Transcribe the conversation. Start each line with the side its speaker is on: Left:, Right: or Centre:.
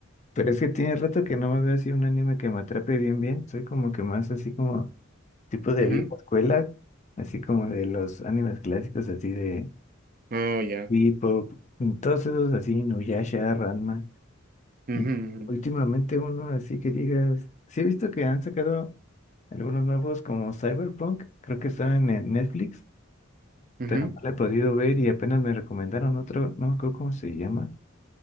Left: Pero es que tiene rato que no me veo así un anime que me atrape bien, bien. Soy como que más así como tipo de
Right: ujú,
Left: vieja
Right: ujú.
Left: escuela, así como de los animes clásicos, así de
Right: Oh, ya.
Left: Bebop, y todos esos así, Nuyasha, Ranma.
Right: Ujú,
Left: Y
Right: ujú,
Left: últimamente uno así que digas, sí he visto que han sacado algunos nuevos como Cyberpunk, creo que están en Netflix.
Right: ujú.
Left: pero no la he podido ver y apenas me recomendaron otro, no me acuerdo cómo se llama.